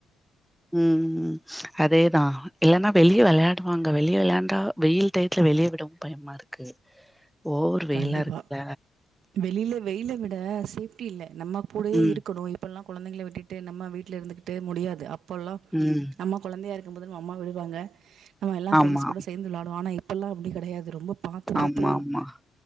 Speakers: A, in the centre; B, on the right.
A: உம் அதேதான் இல்லனா வெளியே விளையாடுவாங்க வெளியே விளையாண்டா வெயில் டயத்துல வெளிய விடவும் பயமா இருக்கு ஓவர் வெயிலா
B: கண்டிப்பா
A: இருக்குல
B: வெளியில வெயில விட்டு லா சேப்டி இல்ல நம்ம கூடயே
A: ம்
B: இருக்கணும் இப்பெல்லாம் குழந்தைங்கள விட்டுட்டு கிட்டேநம்ம வீட்டல இருந்துக்கிட்டே முடியாது அப்ப அப்பேல்லா
A: ம்
B: நம்ம குழந்தையா இருக்கு பது அம்மா விடுவாங்க நம்ம எல்லாம் ப்ரண்டஸ்
A: ஆமா
B: கூட சேர்ந்து விளையாடுவோம் ஆன அப்பல்லாம் அப்படி கிடையாது ரொம்ப பாத்து பாத்து
A: ஆமா ஆமா